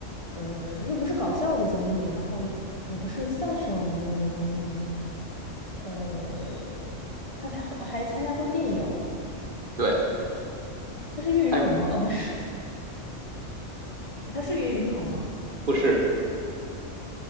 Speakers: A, on the left; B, on the right.
A: 呃，又不是搞笑的综艺，然后也也不是相声类的综艺，呃，他才还参加过电影，
B: 对，
A: 他是岳云鹏吗？
B: 还有
A: 啊，不是，呃他是岳云鹏吗？
B: 不是，